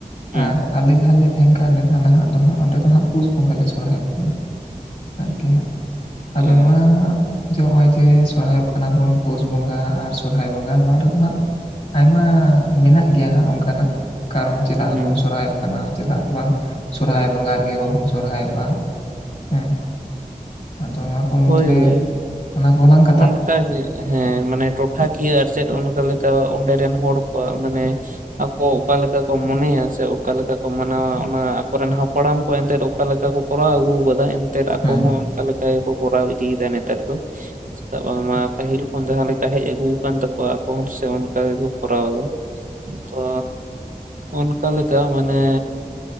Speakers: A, on the right (about 60°); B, on the left (about 40°).
A: ᱦᱩᱸ
B: ᱟᱨ ᱟᱞᱮ ᱡᱟᱦᱟᱸ ᱞᱮ᱾ ᱛᱟᱦᱮᱸᱱ ᱠᱟᱱᱟ ᱱᱮᱛᱟ ᱱᱟᱦᱟᱜ ᱫᱚ ᱦᱟᱸᱜ ᱚᱸᱰᱮ ᱫᱚ ᱦᱟᱸᱜ ᱯᱩᱥ ᱵᱚᱸᱜᱟ ᱞᱮ ᱥᱚᱨᱦᱟᱭᱚᱜ ᱠᱟᱱᱟ᱾ ᱟᱨᱠᱤ ᱦᱟᱸᱜ ᱟᱫᱚ
A: ᱚ
B: ᱱᱚᱣᱟ ᱦᱟᱸᱜ᱾ ᱡᱮ ᱱᱚᱜᱼᱚᱭ ᱡᱮ ᱥᱚᱨᱚᱦᱦᱟᱭᱚᱜ ᱠᱟᱱᱟ ᱵᱚᱱ ᱯᱩᱥ ᱵᱚᱸᱜᱟ ᱟᱨ ᱥᱚᱨᱚᱦᱟᱭ ᱵᱚᱸᱜᱟ ᱱᱚᱣᱟ ᱨᱮᱫᱚ ᱦᱟᱸᱜ᱾ ᱟᱭᱢᱟ ᱢᱮᱱᱟᱜ ᱜᱮᱭᱟ ᱦᱟᱸᱜ ᱚᱱᱠᱟᱱᱟᱜ ᱠᱟᱨᱚᱱ ᱪᱮᱫᱟᱜ
A: ᱦᱩᱸ
B: ᱵᱚᱱ ᱥᱚᱨᱦᱟᱭᱚᱜ ᱠᱟᱱᱟ᱾᱾ ᱪᱮᱫᱟᱜ ᱵᱟᱝ ᱥᱚᱨᱦᱟᱭ ᱵᱚᱸᱜᱟ ᱨᱮᱜᱮ ᱵᱟᱵᱚᱱ ᱥᱚᱨᱦᱟᱭᱚᱜᱼᱟ ᱦᱮᱸ? ᱟᱫᱚ ᱱᱚᱣᱟ ᱠᱚ ᱢᱩᱫᱽᱨᱮ
A: ᱦᱳᱭ ᱦᱳᱭ
B: ᱚᱱᱟ ᱠᱚᱞᱟᱝ ᱾
A: ᱚᱱᱠᱟᱜᱮ ᱦᱮᱸ ᱢᱟᱱᱮ᱾ ᱴᱚᱴᱟᱠᱤᱭᱟᱹ ᱟᱨ ᱪᱮᱫ ᱚᱱᱠᱟ ᱞᱮᱠᱟ ᱚᱸᱰᱮ ᱨᱮᱱ ᱦᱚᱲ ᱠᱚᱣᱟᱜ ᱢᱟᱱᱮ? ᱟᱠᱚ ᱚᱠᱟ ᱞᱮᱠᱟ ᱠᱚ ᱢᱚᱱᱮᱭᱟ ᱥᱮ ᱚᱠᱟ ᱞᱮᱠᱟ ᱠᱚ ᱢᱟᱱᱟᱣᱟ ᱚᱱᱟ ᱟᱠᱚᱨᱮᱱ ᱦᱟᱯᱲᱟᱢ ᱠᱚ ᱮᱱᱛᱮ ᱚᱠᱟ ᱞᱮᱠᱟ ᱠᱚ? ᱠᱚᱨᱟᱣ ᱟᱹᱜᱩ ᱠᱟᱫᱟ ᱮᱱᱛᱮᱫ ᱟᱠᱚ
B: ᱦᱮᱸ
A: ᱦᱚᱸ ᱚᱱᱠᱟ ᱞᱮᱠᱟ ᱜᱮᱠᱚ ᱠᱚᱨᱟᱣ ᱤᱫᱤᱭᱮᱫᱟ ᱱᱮᱛᱟᱨ ᱫᱚ᱾ ᱪᱮᱫᱟᱜ ᱵᱟᱝᱢᱟ ᱯᱟᱹᱦᱤᱞ ᱠᱷᱚᱱ ᱡᱟᱦᱟᱸ ᱞᱮᱠᱟ ᱦᱮᱡ ᱟᱹᱜᱩ ᱟᱠᱟᱱ ᱛᱟᱠᱚᱣᱟ ᱟᱠᱚ ᱦᱚᱸ ᱥᱮ ᱚᱱᱠᱟ ᱜᱮᱠᱚ ᱠᱚᱨᱟᱣ ᱮᱫᱟ᱾ ᱛᱚ ᱚᱱᱠᱟ ᱞᱮᱠᱟ ᱢᱟᱱᱮ᱾